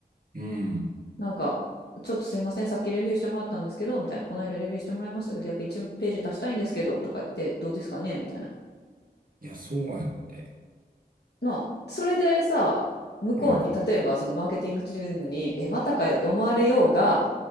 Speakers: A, on the right; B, on the left.
A: うん。
B: なんか、ちょっとすいません、さっきレビューしてもらったんですけど、みたいな、この間レビューしてもらいましたけど、やっぱ1ページ足したいんですけど、とかって、どうですかねみたいな。
A: いや、そうやって。
B: な、それでさ、向こうに、
A: うん。
B: 例えばそのマーケティングチームに、え、またかよって思われようが、